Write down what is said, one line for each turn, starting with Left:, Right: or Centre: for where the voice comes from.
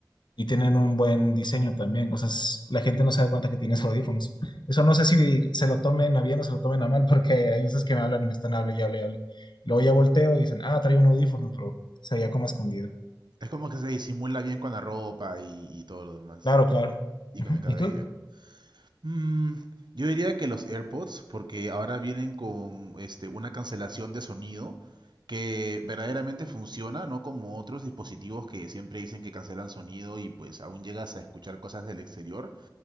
Left: y tienen un buen diseño también. O sea, es- la gente no se da cuenta que tienes <laughs> audífonos. Eso no sé si se lo tomen a bien o se lo tomen a mal, <laughs> porque hay veces que me hablan y me están hable y hable y hable. Luego ya volteo y dicen, ah, trae un audífono, pero se veía como escondido.
Right: Es como que se disimula bien con la ropa y, y todo lo demás.
Left: Claro, claro.
Right: Y
Left: Ujú.
Right: con el cabello.
Left: ¿Y tú?
Right: Mm, yo diría que los AirPods, porque ahora vienen con este, una cancelación de sonido que verdaderamente funciona, no como otros dispositivos que siempre dicen que cancelan sonido y pues aún llegas a escuchar cosas del exterior.